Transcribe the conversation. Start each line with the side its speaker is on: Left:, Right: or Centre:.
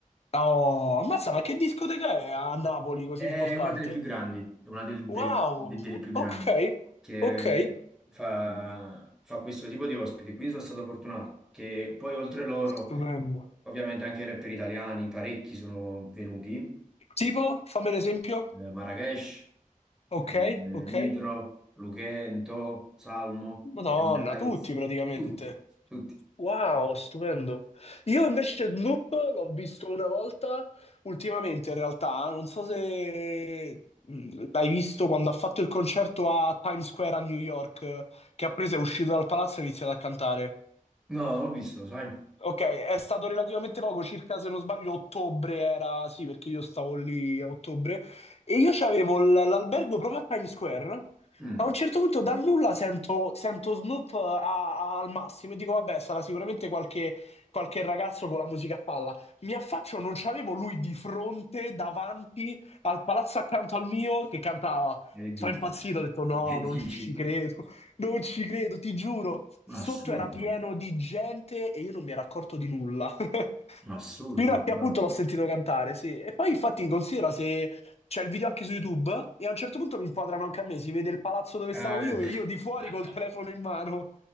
Left: Oh, ammazza, ma che discoteca è a Napoli così
Centre: È
Left: importante?
Centre: una delle più grandi, è una del-
Left: Wow,
Centre: del- de- delle più grandi
Left: ok,
Centre: che
Left: ok.
Centre: fa, fa questo tipo di ospiti. Quindi sono stato fortunato che poi oltre loro,
Left: Stupendo.
Centre: ovviamente anche i rapper italiani, parecchi sono venuti,
Left: Tipo, fammi un esempio.
Centre: eh, Marrakesh,
Left: Ok,
Centre: eh,
Left: ok.
Centre: Nitro, Luchento, Salmo,
Left: Madonna,
Centre: Jim Daiz,
Left: tutti praticamente.
Centre: tutti, tutti.
Left: Wow, stupendo. Io invece Snoop l'ho visto una volta, Ultimamente, in realtà, non so se mh, l'hai visto quando ha fatto il concerto a Times Square a New York, che ha preso, è uscito dal palazzo e ha iniziato a cantare.
Centre: No, non l'ho visto, sai?
Left: Okay, è stato relativamente poco, circa se non sbaglio ottobre era sì, perché io stavo lì a ottobre e io c'avevo l l'albergo proprio a Times Square.
Centre: Mm,
Left: A un certo punto dal nulla sento sento Snoop eh, a a- al massimo e dico: "Vabbè, sarà sicuramente qualche qualche ragazzo con la musica a palla". Mi affaccio, non c'avevo lui di fronte, davanti al palazzo accanto al mio che cantava.
Centre: che dici?
Left: Sono impazzito, ho
Centre: <laughs>
Left: detto: "No,
Centre: Che dici?
Left: non ci credo". Non ci credo, ti giuro. Sotto
Centre: Assurdo,
Left: era pieno di gente e io non mi ero accorto di nulla. <laughs>
Centre: assurdo.
Left: Fino a che
Centre: no.
Left: appunto l'ho sentito cantare, sì. E poi infatti considera se c'è il video anche su YouTube e a un certo punto mi inquadrano anche a me, si vede il palazzo dove
Centre: veramente.
Left: stavo io e io di fuori
Centre: <laughs>
Left: col telefono in mano.